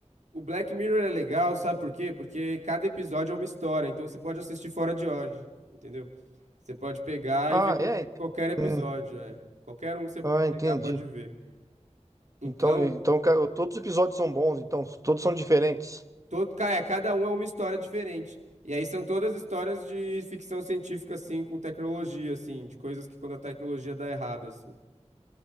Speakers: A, on the right (about 80°); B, on the right (about 25°).
A: O Black Mirror é legal, sabe por quê? Porque cada episódio é uma história, então você pode assistir fora de ordem, entendeu? Você pode pegar
B: Ah,
A: e ver qual-
B: é?
A: qualquer episódio,
B: Hum,
A: é. Qualquer um que você
B: ah,
A: pegar
B: entendi.
A: pode ver. Então,
B: Então, então ca- todos os episódios são bons, então todos são diferentes.
A: todo, ca- é, cada um é uma história diferente. E aí são todas histórias de ficção científica, assim, com tecnologia, assim, de coisas que quando a tecnologia dá errado, assim.